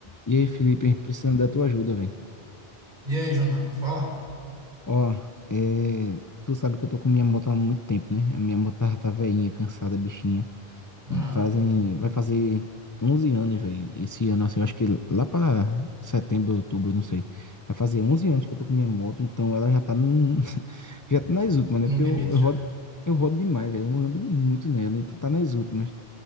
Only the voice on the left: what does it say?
E aí, Felipe, precisando da tua ajuda, velho.
Ó, é, tu sabe que eu tô com minha moto há muito tempo, né? A minha moto tá tá velhinha, cansada, bichinha.
Fazem, vai fazer 11 anos, velho. Esse ano, assim, eu acho que lá pra setembro, outubro, não sei. Vai fazer 11 anos que eu tô com minha moto, então ela já tá, num- <laughs> já tá nas últimas, né?
Porque
eu, eu
rodo, eu rodo demais, velho. Eu ando muito nela, então tá nas últimas.